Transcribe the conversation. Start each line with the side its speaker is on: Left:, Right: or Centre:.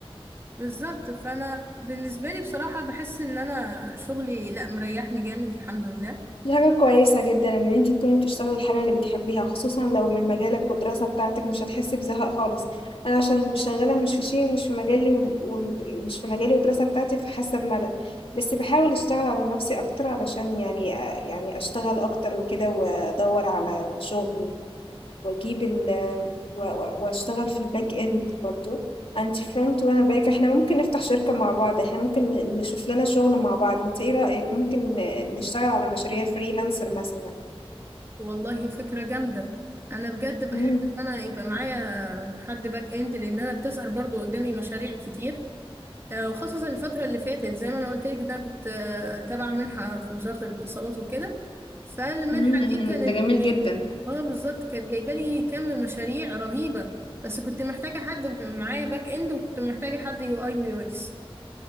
Right: بالظبط فانا بالنسبه لي بصراحه بحس ان انا شغلي لا مريحني جامد الحمد لله
Left: دي حاجة كويسة جدا إن أنت تكوني بتشتغلي الحاجة اللي بتحبيها خصوصا لو من مجالك والدراسة بتاعتك مش هتحسي بزهق خالص أنا عشان مش شغالة مش في شيء مش في مجالي و- و- مش في مجالي والدراسة بتاعتي فحاسة بملل بس بحاول أشتغل على نفسي أكتر علشان يعني يعني أشتغل أكتر وكده وأدور على شغل واجيب ال و- و- واشتغل في الباك اند برضو انت فرونت وانا باك احنا ممكن نفتح شركة مع بعض احنا ممكن ن- نشوف لنا شغل مع بعض انت ايه رأيك ممكن ن- نشتغل على مشاريع فريلانسر مثلا
Right: والله فكرة جامدة أنا بجد بحب
Left: مم.
Right: إن أنا يبقى معايا حد باك إند لأن أنا بتظهر برضو قدامي مشاريع كتير آه، وخصوصا الفترة اللي فاتت زي ما أنا قلت لك إن أنا كنت آه، تابعة منحة في وزارة الاتصالات وكده فالمنحة
Left: مم.
Right: دي كانت
Left: ده جميل
Right: جايبة
Left: جدا
Right: اه بالظبط كانت جايبة لي كم مشاريع رهيبة بس كنت محتاجة حد معايا باك إند وكنت محتاجة حد يو أي ويو إكس